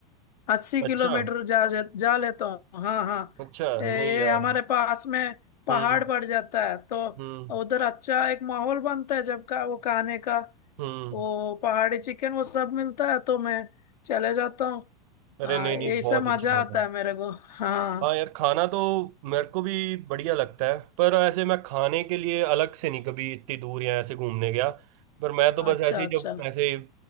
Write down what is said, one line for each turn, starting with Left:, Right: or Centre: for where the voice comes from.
Left: अस्सी
Right: अच्छा
Left: किलोमीटर जा जा जा लेता हूँ हाँ हाँ
Right: अच्छा
Left: ए-
Right: नहीं
Left: ये
Right: यार
Left: हमारे पास में पहाड़
Right: हम्म
Left: पड़ जाता है तो
Right: हम्म
Left: उधर अच्छा एक माहौल बनता है जब का वो खाने का
Right: हम्म
Left: वो पहाड़ी चिकन वो सब मिलता है तो मैं चले जाता हूँ
Right: अरे
Left: हाँ
Right: नहीं
Left: ऐसा
Right: नहीं बहुत अच्छी
Left: मजा
Right: बात
Left: आता
Right: है
Left: है मेरे को हाँ
Right: हाँ यार खाना तो मेरे को भी बढ़िया लगता है पर ऐसे मैं खाने के लिए अलग से नहीं कभी इतनी दूर या ऐसे घूमने गया पर मैं तो बस
Left: अच्छा
Right: ऐसे ही
Left: अच्छा
Right: जब ऐसे